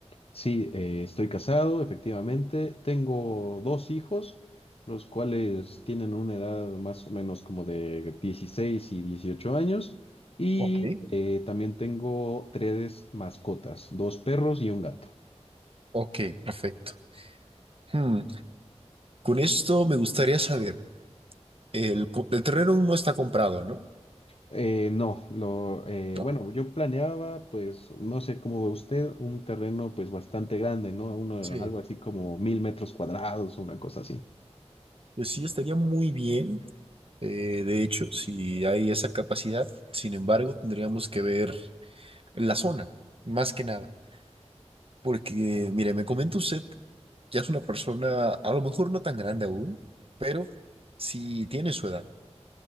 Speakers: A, on the left; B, on the right.
A: Sí, eh, estoy casado, efectivamente. Tengo dos hijos, los cuales tienen una edad más o menos como de 16 y 18 años. Y
B: Ok.
A: eh, también tengo tres mascotas, dos perros y un gato.
B: Ok, perfecto. Hmm, Con esto me gustaría saber, el, co- el terreno aún no está comprado, ¿no?
A: Eh, no, lo, eh,
B: No.
A: bueno, yo planeaba, pues, no sé cómo ve usted, un terreno pues bastante grande, ¿no? Uno-
B: Sí.
A: algo así como mil metros cuadrados, una cosa así.
B: Pues sí, estaría muy bien, eh, de hecho, si hay esa capacidad. Sin embargo, tendríamos que ver la zona, más que nada. Porque, mire, me comenta usted, ya es una persona, a lo mejor no tan grande aún, pero sí tiene su edad.